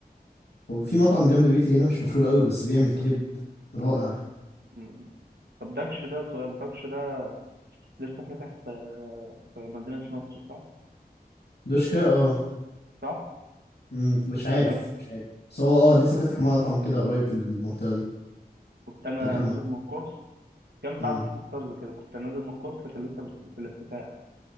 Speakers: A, on the left; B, on the right.
A: وفي مطعم جنب بيتي هنا مش مشهور قوي بس بيعمل كريب رائع
B: م- م. طب دكش ده سؤال دكش ده لسه فاتح في في مدينة نصر صح؟
A: دوشكا اه
B: صح؟
A: مم، مش عارف
B: كنت
A: مش عارف بس هو اه لسه فاتح مطعم كده قريب في المنطقه دي
B: كنت أنا
A: تجمع
B: نازل من كورس كان
A: مم.
B: بعد سيتي ستارز كده كنت نازل من كورس لكن لسه بس في الافتتاح